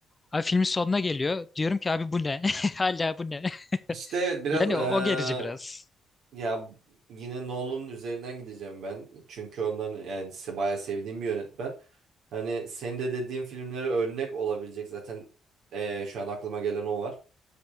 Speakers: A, on the left (about 25°); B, on the right (about 75°).
A: Abi filmin sonuna geliyor. Diyorum ki abi bu ne? <laughs> Hala bu ne?
B: İşte evet
A: <laughs>
B: biraz
A: Yani
B: eee,
A: o, o gerici biraz.
B: ya yine Nolan'ın üzerinden gideceğim ben. Çünkü onların yani se- bayağı sevdiğim bir yönetmen. Hani senin de dediğin filmlere örnek olabilecek zaten eee, şu an aklıma gelen o var.